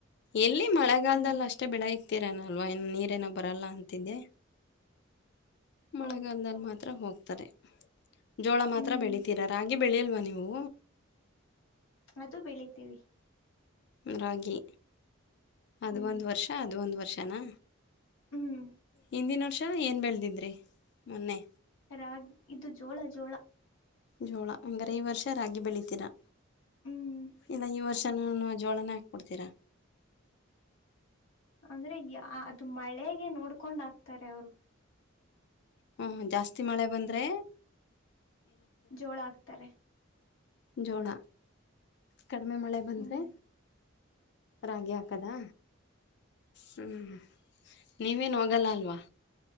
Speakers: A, on the left; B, on the left.
A: ಎಲ್ಲಿ ಮಳೆಗಾಲದದಲ್ಲಿ
B: ಹ್ಮ್
A: ಅಷ್ಟೇ ಬೆಳೆ ಇಕ್ತೀರನಲ್ವ ಇ ನೀರೇನೋ ಬರಲ್ಲ ಅಂತಿದ್ದೆ. ಮಳೆಗಂದದಲ್ಲಿ
B: ಹೌದು
A: ಮಾತ್ರ ಹೋಗ್ತಾರೆ ಜೋಳ ಮಾತ್ರ
B: ಹ್ಮ್
A: ಬೆಳತಿರ. ರಾಗಿ ಬೆಳೆಯಲ್ವಾ ನೀವು.
B: ಅದು ಬೆಳಿತೀವಿ.
A: ರಾಗಿ ಅದು
B: ಹ್ಮ್
A: ಒಂದು ವರ್ಷ ಅದು ಒಂದು ವರ್ಷನಾ.
B: ಹ್ಮ್
A: ಹಿಂದಿನ ವರ್ಷ ಏನ್ ಬೆಳೆದಿದ್ರಿ ಮೊನ್ನೆ.
B: ರಾಗಿ ಇದು ಜೋಳ ಜೋಳ.
A: ಜೋಳ ಹಂಗಾರೆ ಈ ವರ್ಷ ರಾಗಿ ಬೆಳತೀರಾ.
B: ಹ್ಮ್
A: ಇಲ್ಲ ಈ ವರ್ಷನನು ಜೋಳನೇ ಹಾಕ್ಬೊಡ್ತೀರ.
B: ಅಂದ್ರೆ ಯ ಅದು ಮಳೆಗೆ ನೋಡ್ಕೊಂಡ್ ಆಕ್ತಾರೆ ಅವರು.
A: ಹ್ಮ ಜಾಸ್ತಿ ಮಳೆ ಬಂದ್ರೆ
B: ಜೋಳ ಆಗ್ತಾರೆ.
A: ಜೋಳ ಕಡಿಮೆ ಮಳೆ ಬಂದ್ರೆ.
B: ಹ್ಮ್
A: ರಾಗಿ ಹಾಕದಾ ಹ್ಮ್. ನೀವೇನು ಹೋಗಲ್ಲ ಅಲ್ವಾ.